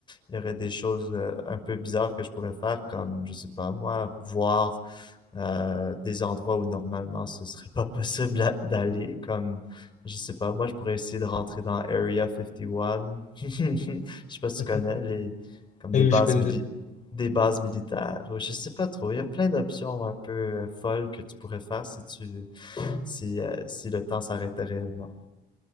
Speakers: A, on the left; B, on the left.
A: il y aurait des choses euh, un peu bizarres que je pourrais faire, comme, je sais pas, moi, voir euh, des endroits où normalement ce serait pas possible à- d'aller, comme, je sais pas, moi je pourrais essayer de rentrer dans Area 51. <laughs> Je sais pas si
B: <laughs>
A: tu connais les, comme des
B: Ah Oui,
A: bases
B: je connais
A: mili-
B: Eden.
A: des bases militaires. ou Je sais pas trop. Il y a plein d'options un peu euh, folles que tu pourrais faire si tu si, euh, si le temps s'arrêtait réellement.